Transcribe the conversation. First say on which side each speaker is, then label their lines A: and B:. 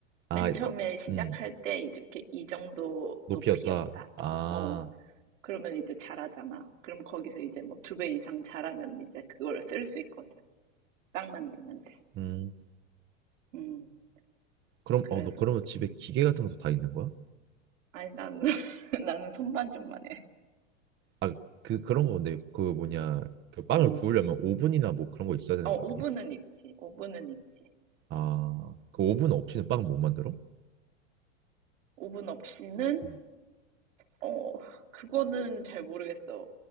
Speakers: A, on the right; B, on the right.
A: 아,
B: 맨 처음에
A: 어,
B: 시작할
A: 음,
B: 때 이렇게 이 정도
A: 높이였다.
B: 높이였다.
A: 아,
B: 어. 그러면 이제 잘하잖아. 그럼 거기서 이제 뭐 두 배 이상 잘하면 이제 그걸 쓸 수 있거든. 빵 만드는데.
A: 음,
B: 음,
A: 그럼
B: 그래서,
A: 어, 너 그러면 집에 기계 같은 것도 다 있는 거야?
B: 아니, 나는, <laughs> 나는 손반죽만 해.
A: 아, 그 그런 거 근데 그 뭐냐, 그 빵을
B: 어,
A: 구우려면 오븐이나 뭐 그런 거 있어야 되는
B: 어, 오븐은
A: 거 아니야?
B: 있지. 오븐은 있지.
A: 아, 그 오븐 없이는 빵 못 만들어?
B: 오븐 없이는,
A: 음,
B: 어, 그거는 잘 모르겠어.